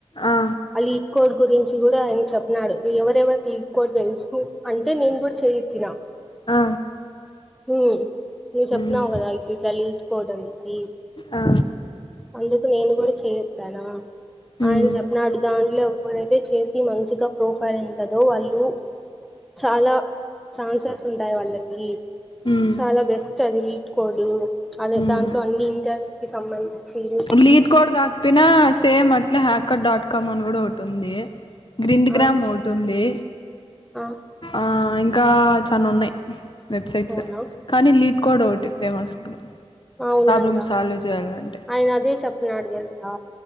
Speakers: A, on the left (about 45°); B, in the centre.
A: ఆ
B: అలీ కోడ్ గురించి కూడా ఆయన చెప్పన్నాడు ఎవరెవరికి క్కోడ్ తెలుసు అంటే నేను కూడా చేయిత్తిన
A: ఆ
B: ఉ నువ్వు
A: మ్మ్
B: చెప్పినవు కదా ఇట్లా ఇట్లా లింకు కోడ్ అనేసి
A: ఆ
B: అందుకు నేను కూడా చెయ్యెత్తనా
A: మ్మ్
B: ఆయన చెప్పిన అడు దాంట్లో ఎవరైతే చేసి మంచిగా ప్రొఫైల్ ఉంటుందో వాళ్ళు చాలా ఛాన్సెస్ ఉంటాయి వాళ్ళకి
A: మ్మ్
B: చాలా బెస్ట్ అది లీక్కొడ్ అదే
A: మ్మ్
B: దాంట్లో అన్ని ఇంటర్వూ కి సంబంధించ చీరు
A: లీడ్ కోడ్ కాకపోయినా సేమ్ అట్లా హ్యాకర్ డాట్ కామ్ అని కూడా ఒకటి ఉంది గ్రిండ్
B: ఆ
A: గ్రామ్ ఒకటింది
B: ఆ
A: ఆ ఇంకా చా ఉన్నాయి్ వెబ్సైట్స్
B: అవునా
A: కానీ లీడ్ కోడ్ ఒకటి
B: ఉహు,
A: ఫేమస్ ఇప్పుడు
B: అవునంట
A: ప్రాబ్లమ్ సాల్వ్ చేయాలంటే
B: ఆయన అదే చెప్ప నాడు తెలుసా